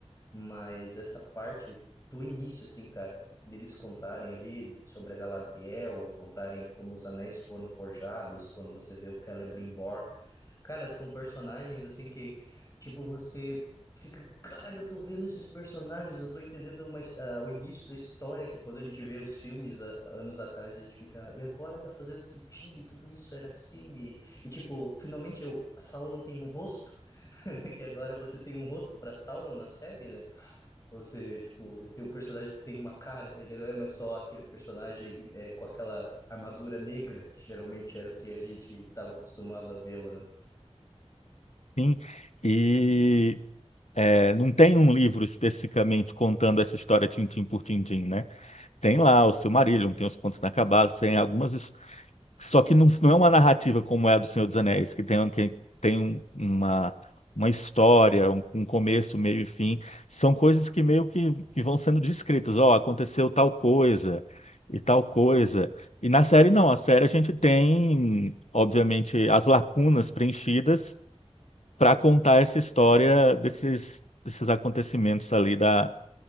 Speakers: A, on the left; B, on the left.
A: Mas essa parte do início, assim, cara, deles contarem ali sobre a Galadriel, contarem como os anéis foram forjados, quando você vê o Celebrimbor. Cara, são personagens, assim, que, tipo, você fica, cara, eu tô vendo esses personagens, eu tô entendendo mais, ah, o início da história, que quando a gente vê os filmes ah, anos atrás, a gente fica, e agora tá fazendo sentido, e tudo isso era assim, e, e tipo, finalmente eu, Sauron tem um rosto, <laughs> que agora você tem um rosto para Sauron na série, né? Você, tipo, ele tem um personagem que tem uma cara, ele não é mais só aquele personagem é, com aquela armadura negra, que geralmente era o que a gente estava acostumado a vê-lo, né?
B: Enfim, e é, não tem um livro especificamente contando essa história tintim por tintim, né? Tem lá o Silmarillion, tem os Contos Inacabados, tem algumas. his- Só que não, não é uma narrativa como é a do Senhor dos Anéis, que tem, um, que tem um- uma, uma história, um, um começo, meio e fim. São coisas que meio que, que vão sendo descritas. Ó, aconteceu tal coisa e tal coisa. E na série, não. A série a gente tem, obviamente, as lacunas preenchidas para contar essa história desses, desses acontecimentos ali da